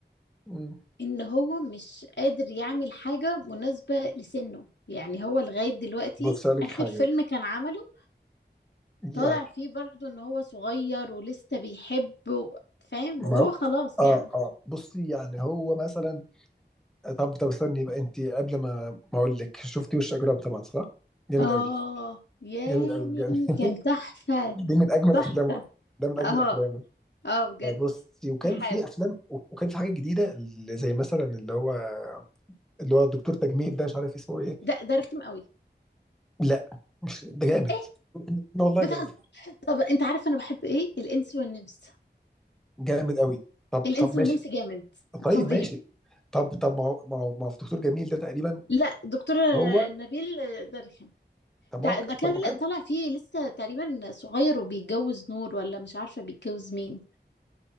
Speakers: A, in the centre; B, on the left (about 75°).
A: مم.
B: ان هو مش قادر يعمل حاجة مناسبة لسنه يعني هو لغاية دلوقتي
A: بص أقول لك
B: آخر
A: حاجه
B: فيلم كان عمله
A: يعني
B: طالع فيه برضو ان هو صغير ولسه بيحب و- فاهم
A: ما
B: وهو
A: هو-
B: خلاص
A: اه
B: يعني
A: اه بصي يعني هو مثلا طب طب استني بقى انت قبل ما ما اقول لك شفتي وش اجرام طبعا صح؟ جامد
B: اه
A: قوي
B: يامي
A: جامد قوي بجد <laughs>
B: كان تحفة
A: دي من اجمل
B: تحفة
A: افلامه ده من اجمل
B: اه
A: افلامه
B: اه بجد
A: آه، بصي وكان
B: رحاب
A: في افلام وكان في حاجات جديده اللي زي مثلا اللي هو اللي هو الدكتور تجميل ده مش عارف اسمه ايه
B: ده ده رخم قوي
A: لا مش ده جامد
B: ايه
A: والله
B: بتهزر
A: جامد
B: طب انت عارف انا بحب ايه الانس والنمس
A: جامد قوي طب
B: الانس
A: طب ماشي
B: والنمس جامد
A: طيب
B: فظيع
A: ماشي طب طب ما هو ما هو ما هو في دكتور جميل ده تقريبا
B: لا دكتور
A: هو
B: نبيل ده رخم
A: طب
B: ده
A: ما هو
B: ده كان
A: طب ما هو كان
B: طالع فيه لسه تقريبا صغير وبيتجوز نور ولا مش عارفة بيتجوز مين